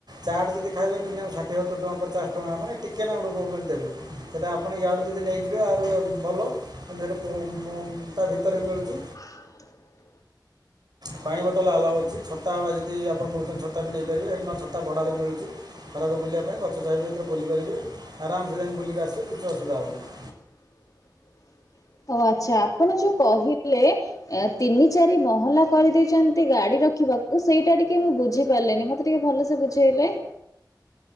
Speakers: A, on the right; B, on the left.
A: ଚାଟ୍ ଯଦି ଖାଇବେ ମିନିଅମ୍ ଷାଠିଏ, ସତୁରୀ ଟଙ୍କା, ପଚାଶ ଟଙ୍କା ମାନେ ଟିକେ ନାଗୁରୁ ଦେବେ ସେଟା ଆପଣ ୟାଡୁ ଯଦି ନେଇଯିବେ ଆଉରୁ ଭଲ <unintelligible> ତା ଭିତରେ ବି ମିଳୁଛି।
B: <inaudible>
A: ପାଣି ବୋଟଲ ଆଲାଉ ଅଛି ଛତା ଯଦି ଆପଣ ନେଉଛନ୍ତି ଛତା ବି ନେଇପାରିବେ ସେଠୀ ନହେଲେ ଛତା ଭଡ଼ାରେ ମିଳୁଛି ଖରାରେ ବୁଲିବା ପାଇଁ ଗଛ ଛାଇରେ ଯେତେ ବୁଲି ପାରିବେ ଆରମ ସେ ଯାଇକି ବୁଲିକି ଆସିବେ କିଛି ଅସୁବିଧା ହେବନାହିଁ।
B: <inaudible> ଓ ଆଚ୍ଛା ଆପଣ ଯୋଉ କହିଲେ ତିନି, ଚାରି ମହଲା କରିଦେଇଛନ୍ତି ଗାଡିର ରଖିବାକୁ ସେଇଟା ଟିକେ ମୁଁ ବୁଝି ପାରିଲନି ମତେ ଟିକେ ଭଲସେ ବୁଝେଇଲେ? <inaudible>